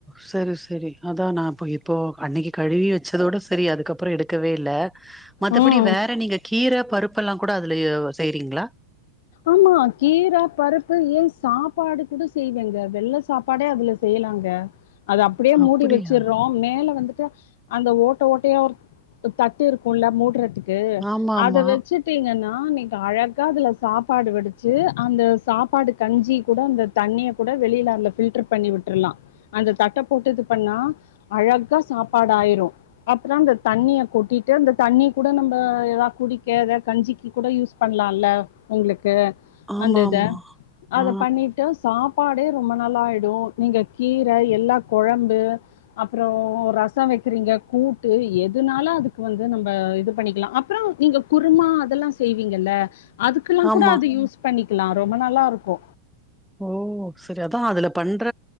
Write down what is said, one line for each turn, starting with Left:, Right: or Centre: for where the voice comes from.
Centre: சரி சரி அதா நா அப்போ இப்போ அன்னைக்கி கழுவி வச்சதோட சரி அதுக்கப் பற எடுக்கவே இல்ல மத்தபடி
Left: ம்.
Centre: வேற நீங்க கீர பருப்பெல்லா கூட அதுல செய்றீங்களா
Left: ஆமா கீர பருப்பு ஏ சாப்பாடு கூட செய்வேங்க வெள்ள சாப்பாடே அதுல செய்யலாங்க அது அப்டியே மூடி
Centre: அப்படியா
Left: வச்சிட்றோ மேல வந்துட்டு அந்த ஓட்ட ஓட்டையா ஒரு தட்டு இருக்குல்ல மூட்றத்துக் கு
Centre: ஆமா ஆமா
Left: அத வச்சுட்டீங்கனா நீங்க அழகா அதுல சாப் பாடு வடிச்சு அந்த சாப்பாடு கஞ்சி கூட அந்த தண்ணிய கூட வெளில அதுல ஃபில்டர் பண்ணி விட்டுருலா அந்த தட்ட போட்டு இது பண்ணா அழகா சாப்பாடு ஆயிரு அப்பறோ இந்த தண்ணிய கொட்டிட்டு அந்த தண்ணி கூட நம்ம ஏதாவது குடிக்க ஏதா கஞ்சிக்கு கூட யூஸ் பண்ணலான்ல உங்களுக்கு
Centre: ஆமா
Left: அந்த இத
Centre: ஆமா
Left: அத
Centre: ஆ
Left: பண்ணிட் டா சாப்பாடே ரொம்ப நல்லா ஆயிடு நீங்க கீரை எல்லா கொழம்பு அப்பறோ ரசம் வைக்கறீங்க கூட்டு எ துனாலு அதுக்கு வந்து நம்ம இது பண்ணிக்கலா, அப்பறோ நீங்க குருமா அதெல்லா செய்வீங்கல்ல அதுக் ககுல்லா
Centre: ஆமா
Left: கூட அது யூஸ் பண்ணிக்லா ரொம்ப நல்லா இருக்கு
Centre: ஓ சரி அதா அதுல பண்ற